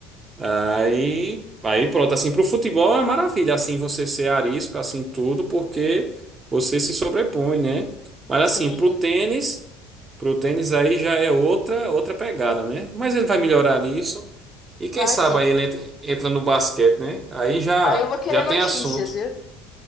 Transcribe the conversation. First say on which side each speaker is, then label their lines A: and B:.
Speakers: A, on the right; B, on the left.
A: Aí, aí pronto, assim, pro futebol é maravilha, assim, você ser arisco, assim, tudo, porque você se sobrepõe, né? Mas
B: Sim,
A: assim, pro tênis, pro tênis aí já é outra, outra pegada, né? Mas ele vai melhorar isso. E quem
B: vai
A: sabe
B: sim.
A: aí ele entra, entra no basquete, né? Aí já,
B: Aí eu vou querer
A: já tem
B: notícias,
A: assunto.
B: viu?